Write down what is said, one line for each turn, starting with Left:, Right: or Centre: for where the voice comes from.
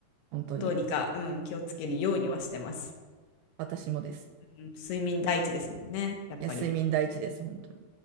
Right: 本当に。
Left: どうにか、うん、気をつけるようにはしてます。
Right: 私もです。
Left: うん、睡眠第一ですもんね、やっぱり。
Right: いや、睡眠第一です、本当に。